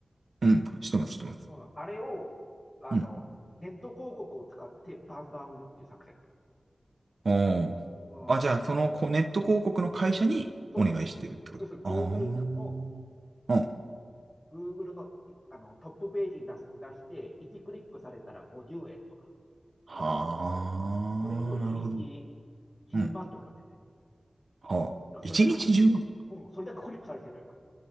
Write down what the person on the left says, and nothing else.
うん、あれを、あの、
ネット広告を使ってバンバン売るっていう作戦。
うん、
そうそうそうそう。要するに Google
の
Google のあのトップページに出す出して、1クリックされたら50円とか
払うんだけど、それを1日10万とか払ってて、
それだけクリ、うん、それだけクリックされてたよ。